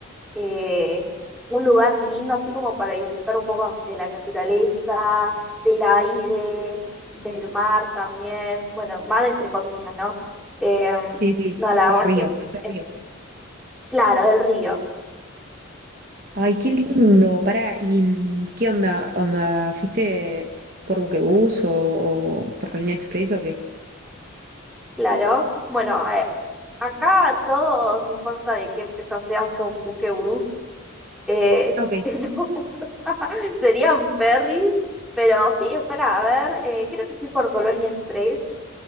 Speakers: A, in the centre; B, on the right.
A: eh, un lugar lindo así como para disfrutar un poco de la naturaleza, del aire, del mar también. Bueno, mar entre comillas, ¿no? Em,
B: Sí, sí,
A: no, la
B: el
A: verdad
B: río,
A: que,
B: nuestro
A: em,
B: río.
A: claro, del río.
B: Ay, qué lindo. Pará, ¿y mm, qué onda? ¿Onda? ¿Fuiste por buquebús o, o por Colonia Express o qué?
A: Claro. Bueno, eh, acá todos, no importa de qué empresa sea, son buquebús. Eh,
B: Ah, ok.
A: <laughs> entonces serían ferries, pero sí, espera a ver, eh, creo que fui por Colonia Express